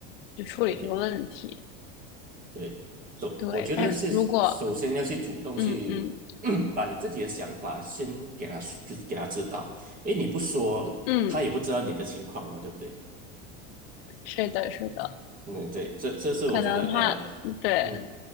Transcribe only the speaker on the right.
对。对，首我觉得是首先要去主动去
<coughs> <clears throat> 把你自己的想法先给他就是给他知道，因为你不说，
他也不知道你的情况嘛，对不对？
嗯，对，这这是我觉得呃，
嗯，